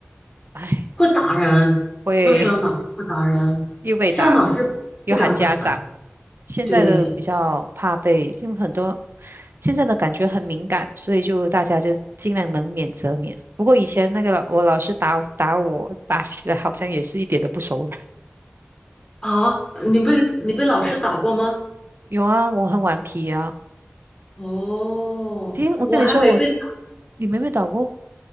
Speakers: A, on the right; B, on the left.
A: 哎，
B: 会打人，
A: 会
B: 那时候老师会打人，
A: 又被打，
B: 现在老师不敢打的。
A: 又喊家长。现在的比较怕被，
B: 对
A: 因为很多现在的感觉很敏感，所以就大家就尽量能免则免。不过以前那个老我老师打打我，打起来好像也是一点都不手软。
B: 啊，你被你被老师打过吗？
A: 有啊，我很顽皮啊。
B: 哦，
A: 今天我跟你说我，
B: 我还没被打，
A: 你没被打过？